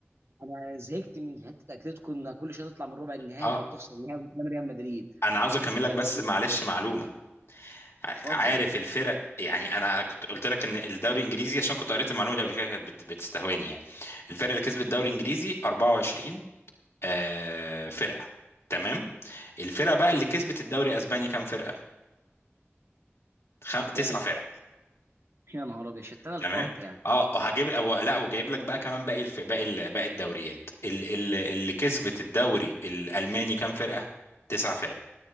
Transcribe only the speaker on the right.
انا زهقت من حته اتلتيكو انها كل شويه تطلع من ربع النهائي
او تخسر النهائي قدام ريال مدريد
انت فاهمني
اتفضل
كام
يا نهار ابيض شتان الفرق
يعني